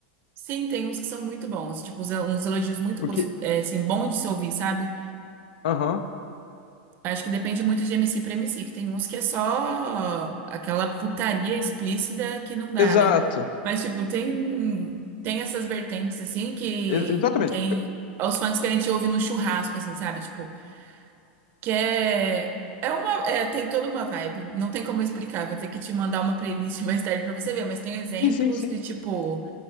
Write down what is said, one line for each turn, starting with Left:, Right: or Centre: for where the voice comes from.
Right: Sim, tem uns que são muito bons, tipo, uns uns elogios muito
Left: Porque,
Right: gos- é, assim, bom de se ouvir, sabe?
Left: aham,
Right: Acho que depende muito de MC pra MC, que tem uns que é só aquela putaria explícita que não dá,
Left: exato,
Right: né? Mas, tipo, tem, tem essas vertentes, assim, que
Left: E- exatamente.
Right: tem os fãs que a gente ouve no churrasco, assim, sabe? Tipo, que é, é uma, é, tem toda uma vibe, não tem como eu explicar, vou ter que te mandar uma playlist <laughs> mais tarde pra você ver, mas tem exemplos
Left: Sim, sim, sim.
Right: de, tipo